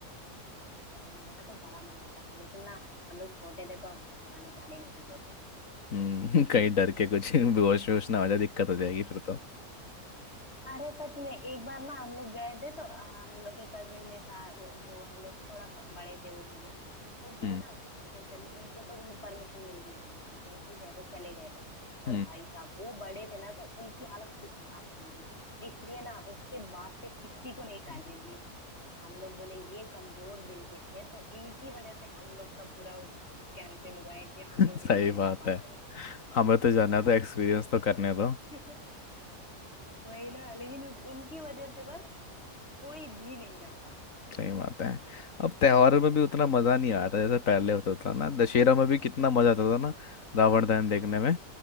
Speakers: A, on the left; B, on the left.
A: बड़े मेरा तो बड़ा मन जाता था लेकिन ना हम लोग छोटे थे तो घर वाले जाने नहीं देते
B: हम्म <laughs> कहीं डर के कुछ बेहोश वेहोश ना हो जाए दिक्कत हो जाएगी फिर तो
A: थे अरे सच में एक बार ना हम लोग गए थे तो अ, हम लोग के कजिन में था वो, वो हम लोग से थोड़ा ब- बड़े थे वो भैया तो वो
B: हम्म
A: ना तो चलो उनको तो परमिशन मिल गई जाने की तो ठीक है वो चले गए थे और
B: हम्म
A: भाई साहब वो बड़े थे ना तो उनकी हालत खुद खराब हो गई थी इसलिए ना उसके बाद से किसी को नहीं
B: <laughs>
A: जाने दिए हम लोग बोले ये कमजोर दिल के थे तो इनकी वजह से हम लोग का पूरा कैंसिल हुआ है कि हम
B: सही
A: लोग भी अब नहीं
B: बात
A: जा पाते
B: है हमें तो जाना था एक्सपीरियंस तो करने दो
A: हैं <laughs> वही ना लेकिन उन- उनकी वजह से बस कोई भी नहीं जा पाता
B: सही बात है अब त्योहारों में भी उतना मजा नहीं आता जैसे पहले होता था ना दशहरा में भी कितना मजा आता था ना रावण दहन देखने में